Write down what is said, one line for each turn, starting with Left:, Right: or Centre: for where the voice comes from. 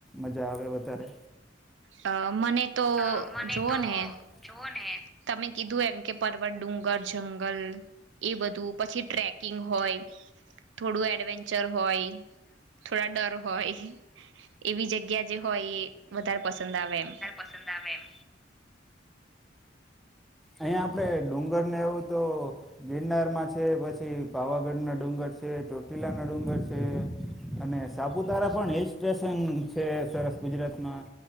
Centre: મજા આવે વધારે?
Right: અ.. મને તો
Centre: અ.. મને
Right: જોઓ
Centre: તો
Right: ને
Centre: જોઓ ને
Right: તમે કીધું એમ કે, પર્વત, ડુંગર, જંગલ એ બધું પછી ટ્રેકિંગ હોય. થોડું એડવેન્ચર હોય, થોડા ડર હોય. એવી જગ્યા જે હોય એ વધારે પસંદ આવે એમ.
Centre: પસંદ આવે એમ. આયાં આપડે ડુંગરને એવું તો ગિરનારમાં છે પછી પાવાગઢના ડુંગર છે, ચોટીલાના ડુંગર છે. અને સાપુતારા પણ હિલ સ્ટેશન છે સરસ. ગુજરાતમાં